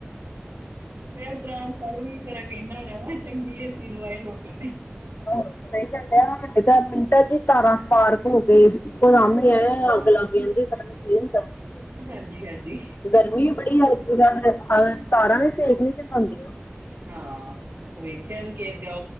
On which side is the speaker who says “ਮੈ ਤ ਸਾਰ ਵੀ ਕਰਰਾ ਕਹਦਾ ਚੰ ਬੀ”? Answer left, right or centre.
Right